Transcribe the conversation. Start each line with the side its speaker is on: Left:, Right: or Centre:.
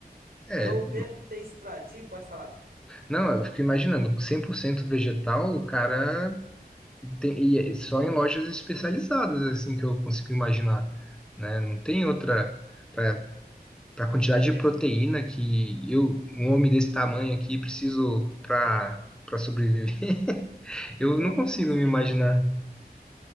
Centre: É,
Right: Eu perguntei isso pra ti, pode falar.
Centre: não, eu fico imaginando, 100% vegetal, o cara Tem- e é só em lojas especializadas, assim, que eu consigo imaginar, né? Não tem outra... Para a quantidade de proteína que eu, um homem desse tamanho aqui, preciso para para sobreviver. <laughs> Eu
Right: Não,
Centre: não consigo
Right: com certeza.
Centre: me imaginar.